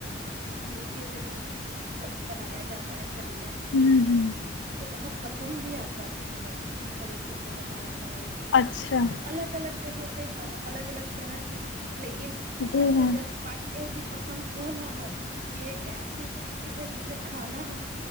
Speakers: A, on the right; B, on the left.
A: تو اس طریقے سے بھی بنایا جاتا ہے کریلا
B: ہوں ہوں
A: اور کو بہت پسند بھی آتا ہے مطلب اس طریقے سے بنا ہوا کریلا
B: اچھا
A: الگ الگ جگہ پ ہاں الگ الگ طرح سے لیکن
B: جی
A: سب سے
B: ہاں
A: بیسٹ پارٹ یہ ہے کہ پسند ہو نہ ہو یہ ایک ایسی سبی ہے جسے کھانا ہے